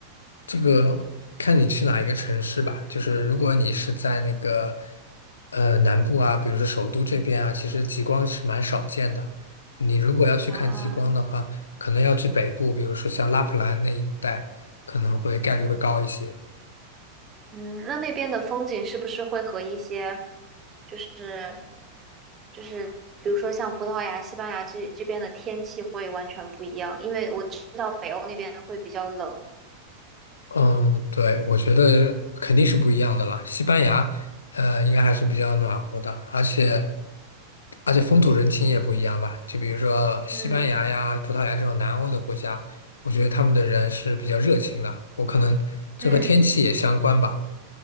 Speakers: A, on the left; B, on the right.
A: 这个看你去哪一个城市吧，就是如果你是在那个呃南部啊，比如说首都这边啊，其实极光是蛮少见的。你如果要去看极光的话，
B: 啊？
A: 可能要去北部，比如说像拉普兰那一带，可能会概率会高一些。
B: 嗯，那那边的风景是不是会和一些就是就是比如说像葡萄牙、西班牙这这边的天气会完全不一样？因为我知道北欧那边会比较冷。
A: 嗯，对，我觉得肯定是不一样的了。西班牙，呃，应该还是比较暖和的，而且。而且风土人情也不一样吧，就比如说西班牙呀、
B: 嗯
A: 葡萄牙这种南欧的国家，我觉得他们的人是比较热情的。我可能这和天气也相关吧。
B: 嗯